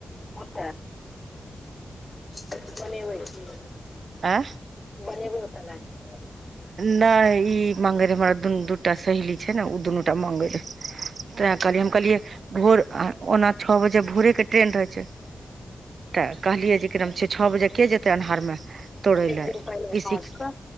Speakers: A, on the left; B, on the right.
A: ओत बनेयबय की
B: ए
A: बनेबइ ओत ले जाक
B: ने ई मांगे रहे हमरा दुनू दूटा सहेली छै ने ओ दुनूटा मांगे रहे ते कहलियै हम कहलियै भोर ओना छः बजे भोरेके ट्रेन रहै छै तै कहलिये जे किनाम छे छः बजे के जेते अनहार मे तोड़
A: एक
B: लै
A: दिन
B: ई
A: पहिले साँझ
B: सी
A: कऽ